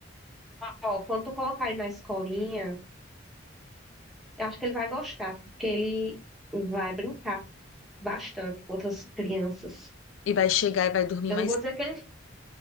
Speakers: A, in the centre; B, on the left.
A: Ó, quando tu colocar ele na escolinha... Eu acho que ele vai gostar, porque ele vai brincar bastante com outras crianças.
B: E vai chegar e vai dormir
A: Eu
B: mais
A: não vou dizer que ele.